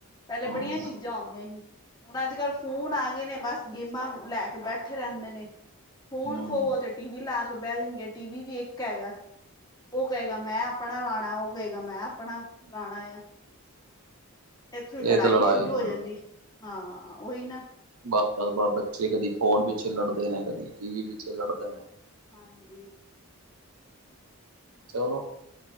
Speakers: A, on the left; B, on the right.
A: ਪਹਿਲੇ
B: ਹਮ
A: ਬੜੀਆਂ ਚੀਜ਼ਾਂ ਜਾਦੇ ਸੀ, ਹੁਣ ਅੱਜ-ਕੱਲ੍ਹ ਫੋਨ ਆ ਗਏ ਨੇ ਬਸ ਗੇਮਾਂ ਲੈ ਕੇ ਬੈਠੇ ਰਹਿੰਦੇ ਨੇ। ਫੋਨ
B: ਹਮ
A: ਖੋਵੋ ਤੇ ਟੀ ਵੀ ਲਾ ਕੇ ਬਹਿ ਜਾਣਗੇ, ਟੀ ਵੀ ਵੀ ਇੱਕ ਹੈਗਾ। ਉਹ ਕਹੇਗਾ ਮੈਂ ਆਪਣਾ ਲਾਣਾ, ਉਹ ਕਹੇਗਾ ਮੈਂ ਆਪਣਾ ਲਾਣਾ ਏ ਆ। ਇੱਥੋਂ ਹੀ
B: ਇਹ
A: ਲੜਾਈ
B: ਤਾਂ
A: ਸ਼ੁਰੂ ਹੋ
B: ਹੁੰਦੀ।
A: ਜਾਂਦੀ, ਹਾਂ ਉਹੀ ਨਾ।
B: ਬਸ- ਬਸ -ਬਸ ਬੱਚੇ ਕਦੀ ਫੋਨ ਪਿੱਛੇ ਲੜਦੇ ਰਹਿੰਦੇ ਨੇ, ਕਦੀ ਟੀ ਵੀ ਪਿੱਛੇ ਲੜਦੇ ਨੇ।
A: ਹਾਂਜੀ।
B: ਚਲੋ।